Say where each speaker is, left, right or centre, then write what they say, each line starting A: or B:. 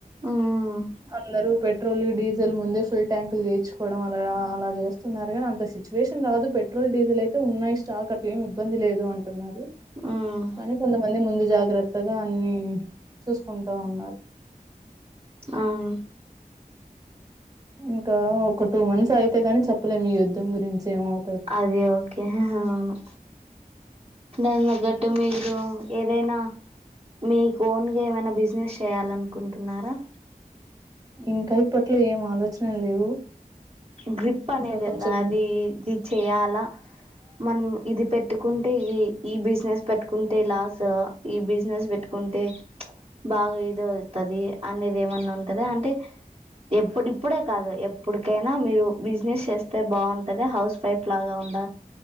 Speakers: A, on the right; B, on the right.
A: ఉమ్
B: అందరు పెెట్ పెట్రోల్ డీజిల్ ముందే ఫుల్ ట్యాంకులు తీర్చుకోవడం అలా అలా చేస్తున్నారు కానీ అంత సిచ్యువేషన్ రాదు పెట్రోల్ డీజిల్ అయితే ఉన్నాయి స్టాక్ అట్ల ఏమి ఇబ్బంది లేదు అంటున్నారు
A: ఉమ్
B: కానీ కొంతమంది అ ముందు జాగ్రత్తగా అన్ని చూసుకుంటా ఉన్నారు
A: అవు
B: ఇంకా ఒక టూ మంత్స్ అయితే ని చెప్పలేం ఈ యుద్ధం గురించి ఏమవు
A: అదే ఓకే అవును దాని తగ్గట్టు మీరు ఏదైనా మీకు ఓన్గ ఏమైనా బిజినెస్ చేయాలనుకుంటున్నారా
B: ఇంకా ఇప్పట్లో ఏం ఆలోచనలు లేవు
A: గ్రిప్ అనేది
B: ఇంకా కొంచెం
A: అది ఇది చేయాలా మనం ఇది పెట్టుకుంటే ఈ ఈ బిజినెస్ పెట్టుకుంటే లాస్ ఈ బిజినెస్ పెట్టుకుంటే బాగా ఇది అవుతది అనేది ఏమన్నా ఉంటదా అంటే ఎప్పుడు ఇప్పుడే కాదు ఎప్పుడు కైనా మీరు బిజినెస్ చేస్తే బాగుంటదా హౌస్ వైఫ్ లాగా ఉండ